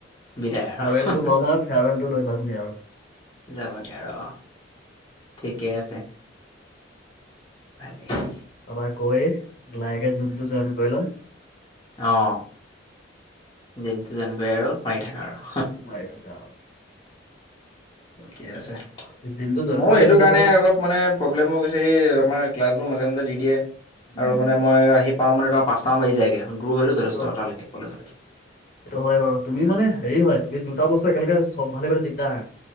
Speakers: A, on the left; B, on the left.
A: বিদায়
B: ফেয়াৰৱেল
A: আৰু
B: টো লম আৰু ফেয়াৰৱেল টো লৈ যামগৈ আৰু।
A: যাবাগে আৰু অ', ঠিকেই আছে ভালেই।
B: তাপৰা গৈয়ে লাহেকে জিমটো জইন কৰি ল'ম।
A: অ'। তেন্ত তেনেকৈ আৰু মাৰি থাকা আৰু।
B: মাৰি থাকা আও।
A: ঠিকে আছে,
B: জিমটো জইন
A: মোৰ
B: কৰিলে
A: এইটো
B: ধৰি লোৱা
A: কাৰণে
B: তোমাৰ
A: অলপ মানে প্ৰব্লেম হৈ গৈছে এই আমাৰ ক্লাছ মাজে, মাজে দি দিয়ে
B: উম
A: আৰু মানে মই আহি পাঁও মানে তোমাৰ পাঁচটা মান বাজি যাইগে। দূৰ হয়তো,
B: সেইটো
A: যথেষ্ট
B: হয়
A: তালেকে কলেজলে
B: সেইটো হয় বাৰু, তুমি মানে হেৰি হয় তুমি দুটা বস্তু একেলগে চম্ভালিব দিগদাৰ।